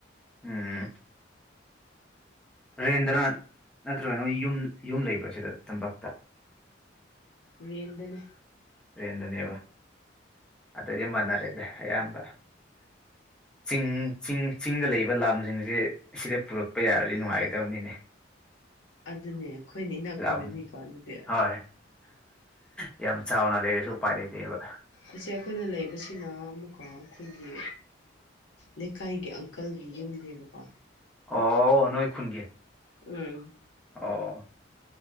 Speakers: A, in the centre; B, on the left.
A: ꯎꯝ ꯔꯦꯟꯗ꯭ꯔ ꯅꯠꯇ꯭ꯔꯒꯅ ꯌꯨꯝ ꯌꯨꯝ ꯂꯩꯕ꯭ꯔꯥ ꯁꯤꯗ ꯇꯄꯥꯛꯛꯇ
B: ꯔꯦꯟꯗꯅ
A: ꯔꯦꯟꯗꯅꯦꯕ ꯑꯇꯩꯗꯤ ꯃꯅꯔꯦꯗ ꯑꯌꯥꯝꯕ ꯆꯤꯡ ꯆꯤꯡ ꯆꯤꯡꯗ ꯂꯩꯕ ꯂꯝꯁꯤꯡꯁꯦ ꯁꯤꯗ ꯄꯨꯔꯛꯄ ꯌꯥꯔꯗꯤ ꯅꯨꯡꯉꯥꯏꯒꯗꯕꯅꯤꯅꯦ
B: ꯑꯗꯨꯅꯦ ꯈꯣꯏꯅ ꯏꯅꯥ
A: ꯂꯥꯝꯁꯤꯡ
B: ꯈꯨꯜꯂꯅꯤꯀꯣ ꯑꯗꯨꯗꯤ
A: ꯍꯣꯏ ꯌꯥꯝ ꯆꯥꯎꯅ ꯂꯩꯔꯁꯨ ꯎꯄꯥꯏ ꯂꯩꯇꯦꯕ
B: ꯑꯁꯤ ꯑꯩꯈꯣꯏꯅ ꯂꯩꯕꯁꯤꯅ ꯑꯃꯨꯛꯀ ꯑꯩꯈꯣꯏꯒꯤ ꯂꯩꯀꯥꯏꯒꯤ ꯑꯪꯀꯜꯒꯤ ꯌꯨꯝꯅꯦꯕꯀꯣ
A: ꯑꯣ ꯅꯣꯏ ꯈꯨꯟꯒꯤ
B: ꯎꯝ
A: ꯑꯣ